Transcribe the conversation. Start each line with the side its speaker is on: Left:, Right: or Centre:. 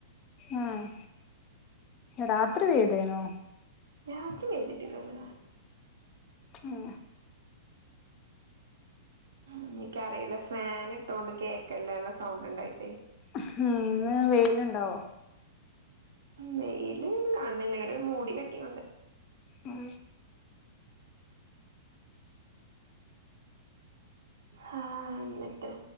Left: ആഹ് രാത്രി വേദേനോ
Right: രാത്രി വെതിട്ടില്ലന്ന്
Left: ഉം
Right: എനിക്കറിയില്ല ഫാൻ ഇട്ടോണ്ട് കേക്കല്ലഎല്ലാം സൗണ്ട് ഉണ്ടായിട്ടേ
Left: ഉം ഇന്ന് വെയിലുണ്ടാവോ
Right: വെയില് അണ് <unintelligible> ഒരു മൂടി കെട്ടിയ കൊണ്ട്
Left: മം
Right: ആഹ എന്നിട്ട്